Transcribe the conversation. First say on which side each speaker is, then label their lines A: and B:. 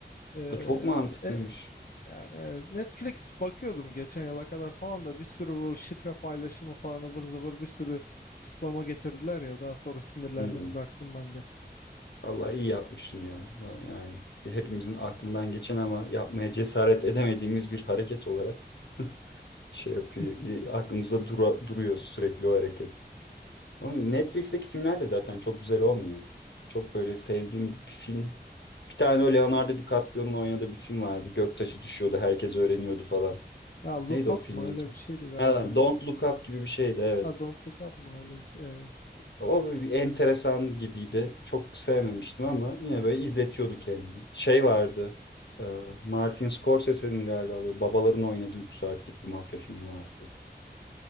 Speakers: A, on the left; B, on the left.
A: E,
B: Çok mantıklıymış.
A: e, Yani evet, Netflix bakıyordum geçen yıla kadar falan da bir sürü bu şifre paylaşımı falan ıvır zıvır bir sürü kısıtlama getirdiler ya daha sonra sinirlendim
B: Hmm.
A: bıraktım ben de.
B: Vallahi iyi yapmışsın ya. Yani hepimizin aklından geçen ama yapmaya cesaret edemediğimiz bir hareket olarak. şey yapıyor.
A: <laughs>
B: e, Aklımızda dura, duruyor sürekli o hareket. Ama Netflix'teki filmler de zaten çok güzel olmuyor. Çok böyle sevdiğim bir film. Bir tane o Leonardo DiCaprio'nun oynadığı bir film vardı. Göktaşı düşüyordu, herkes öğreniyordu falan.
A: Ya Look
B: Neydi o
A: Up
B: filmin
A: mı öyle
B: ismi?
A: bir şeydi galiba.
B: Ha, Don't Look Up gibi bir şeydi evet.
A: Ha Don't Look Up mı öyle bir şey. Ee,
B: O bir bir enteresan gibiydi. Çok sevmemiştim ama yine böyle izletiyordu kendini. Şey vardı. e, Martin Scorsese'nin galiba böyle babaların oynadığı 3 saatlik bir mafya filmi vardı.